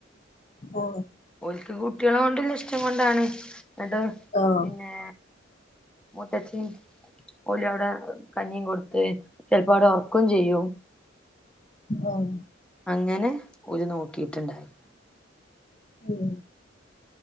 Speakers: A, on the left; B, in the centre.
A: <inaudible> ഓ
B: ഒല്ക്ക് കുട്ടികള കൊണ്ടില്ല ഇഷ്ടം കൊണ്ടാണ് എന്നട്ട്
A: ആഹ്
B: പിന്നെ മുത്തച്ചി ഓല് അവിടെ കഞ്ഞിയും കൊടുത്ത് ചിലപ്പവടെ ഒർക്കും ചെയ്യും
A: ആഹ്
B: അങ്ങനെ ഓര് നോക്കിയിട്ടുണ്ടായിരുന്നു
A: ഉം